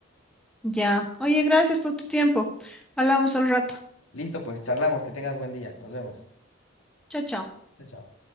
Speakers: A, in the centre; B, on the left (about 80°).
A: Ya. Oye, gracias por tu tiempo. Hablamos al rato.
B: Listo, pues charlamos, que tengas buen día. Nos vemos.
A: Chao, chao.
B: Chao, chao.